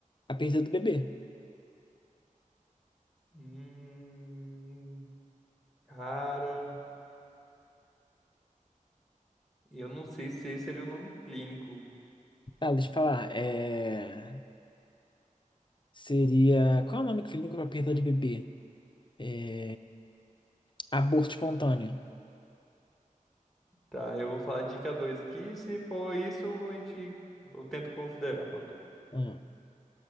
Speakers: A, on the left (about 35°); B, in the centre.
A: perda do bebê.
B: Hum, cara, eu não sei se esse seria o nome clínico.
A: Ah, deixa eu falar. É... Seria. Qual é o nome clínico para perda de bebê? É, Aborto espontâneo.
B: Tá, eu vou falar dica 2 aqui. Se for isso, a gente, eu tento considerar pra tu.
A: Hum,